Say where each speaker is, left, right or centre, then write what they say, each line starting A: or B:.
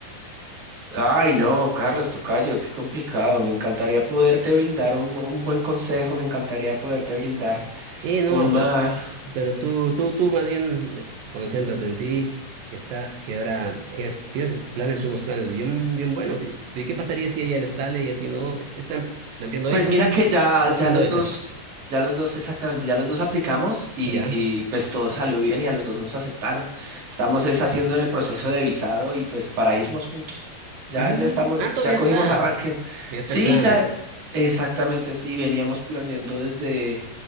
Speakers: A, on the right (about 45°); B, on the right (about 80°).
A: Ay, no, Carlos Tocayo, qué complicado. Me encantaría poderte brindar un, un buen consejo, me encantaría poderte brindar
B: Y no,
A: una,
B: pero, pero tú, tú, tú más bien de- concéntrate en ti, que está, que ahora tienes, tienes planes, unos planes bien, bien buenos. ¿Y, y qué pasaría si a ella les sale y a ti no? Es- están planteando
A: Pues
B: becas,
A: mira que ya,
B: están
A: ya
B: tirando
A: los
B: becas,
A: dos, ya los dos exactamente, ya los dos aplicamos y,
B: ¿ya?
A: y pues todo salió bien y a los dos nos aceptaron. Estamos es haciendo en el proceso de visado y pues para irnos juntos. Ya,
B: Mm,
A: ya estamos,
B: ah, entonces
A: ya
B: ya
A: cogimos
B: está,
A: arranque.
B: ya está
A: Sí,
B: el plan.
A: ya, exactamente, sí, veníamos planeando desde